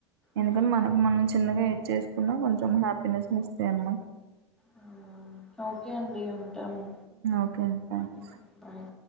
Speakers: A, in the centre; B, on the right.
A: ఆ,
B: ఎందుకంటే మనకు మనం చిన్నగా ఎట్ చేసుకున్నా కొంచెం హ్యాపీనెస్ ఇస్తాయి అన్నమాట
A: ఆ, ఓకే అండి ఉంటాము
B: ఓకే అండి థ్యాంక్స్
A: ఓకే బాయ్